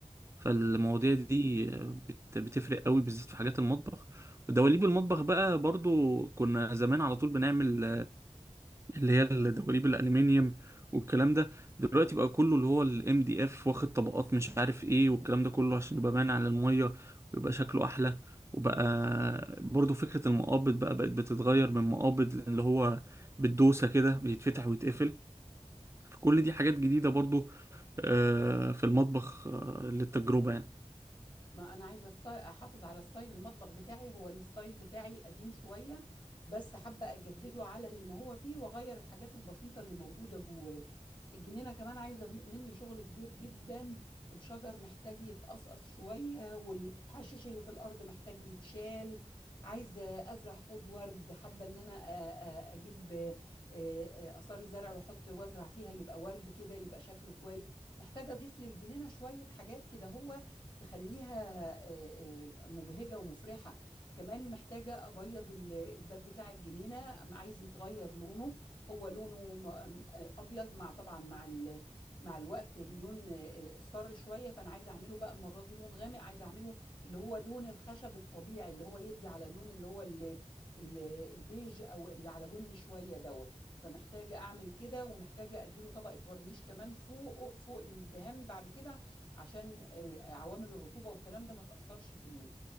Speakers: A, on the right (about 20°); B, on the left (about 40°).
A: فالمواضيع دي آه، بت- بتفرق قوي بالذات في حاجات المطبخ ودواليب المطبخ بقى برضو كنا زمان على طول بنعمل اللي هي الدواليب الالومنيوم والكلام ده دلوقتي بقى كله اللي هو الام دي اف واخد طبقات مش عارف ايه والكلام ده كله عشان يبقى باين على الميه ويبقى شكله احلى وبقى برضو فكرة المقابض بقى بقت بتتغير من مقابض اللي هو بالدوسة كده بيتفتح ويتقفل فكل دي حاجات جديدة برضو آه، في المطبخ آه، للتجربة يعني
B: ما انا عايزه أست- احافظ على ستايل المطبخ بتاعي هو الستايل بتاعي قديم شويه بس حابه اجدده على اللي ما هو فيه واغير الحاجات البسيطه اللي موجوده جواه الجنينه كمان عايزه م- مني شغل كبير جدا الشجر محتاج يتقصقص شويه والحشيش اللي في الارض محتاج يتشال عايزه ازرع حوض ورد حابه ان انا أ- أ- اجيب آه، آه، اثاري زرع واحط وازرع فيها يبقى ورد كده يبقى شكله كويس محتاجه اضيف للجنينه شويه حاجات كده هو تخليها آه، آه، مبهجة ومفرحة كمان محتاجة أبيض ال- الباب بتاع الجنينة عايز يتغير لونه هو لونه م- آه، أبيض مع طبعا مع ال- مع الوقت اللون آه، اصفر شوية فأنا عايزة أعمله بقى المرة دي لون غامق عايزة أعمله اللي هو لون الخشب الطبيعي اللي هو يدي على اللون اللي هو ال- ال- البيج أو اللي على بني شوية دوت فمحتاجة أعمل كده ومحتاجة أديله طبقة ورنيش كمان فوق فوق الدهان بعد كده عشان آه، عوامل الرطوبة والكلام ده ما تأثرش فيه